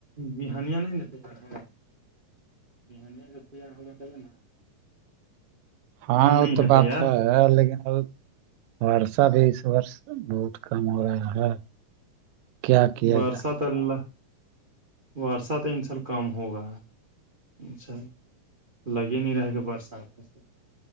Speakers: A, on the right (about 50°); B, on the right (about 85°).
A: بہانییہ نہیں ن پار ہے بہانییہ جو تار ہوگا ن
B: ہاں
A: نہیں
B: وہ تو بات
A: تیار
B: ہے لیکن اب وارسہ بھی اس وور بہت کم ہو رہا ہے کیا کیا
A: وارسہ
B: جائے
A: تو اللہ وارشہ تو انسء کم ہوگا اھاء لگے نہیں رہے گ برسات میںس